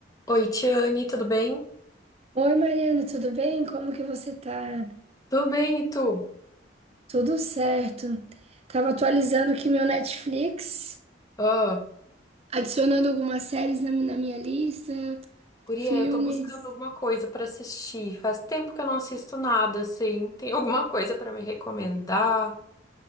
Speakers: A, on the left; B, on the right.
A: Oi, Tiane, tudo bem?
B: Oi, Mariana, tudo bem? Como que você tá?
A: Tudo bem, e tu?
B: Tudo certo. Tava atualizando aqui meu Netflix,
A: Ah,
B: adicionando algumas séries na, na minha lista,
A: guria,
B: filmes.
A: eu tô buscando alguma coisa pra assistir. Faz tempo que eu não assisto nada, assim. Tem alguma coisa pra me recomendar?